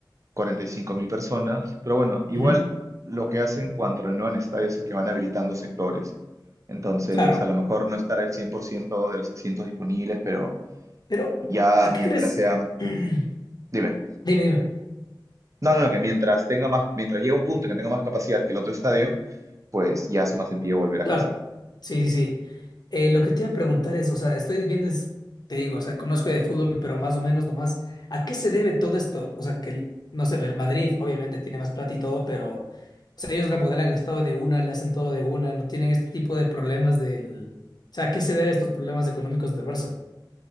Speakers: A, on the right; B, on the left.
A: cuarenta y cinco mil personas, pero bueno, igual
B: Ujú,
A: lo que hacen cuando renuevan estadios es que van habilitando sectores. Entonces,
B: Claro.
A: a lo mejor no estará el 100% de los asientos disponibles, pero
B: Pero,
A: ya
B: ¿a
A: mientras
B: qué crees?
A: sean,
B: <clears throat> Dime,
A: dime,
B: dime.
A: no, no, no, que mientras tenga más, mientras llegue a un punto en que tenga más capacidad que el otro estadio, pues ya hace más sentido volver
B: Claro,
A: a casa.
B: sí, sí, sí. Eh, lo que te iba a preguntar es, o sea, estoy viendo, es- te digo, o sea, conozco de fútbol, pero más o menos nomás, ¿a qué se debe todo esto? O sea, que, el- no sé, el Madrid obviamente tiene más plata y todo, pero, o sea, ellos remodelan el estado de una, le hacen todo de una, no tienen este tipo de problemas del... O sea, ¿a qué se deben estos problemas económicos del Barça?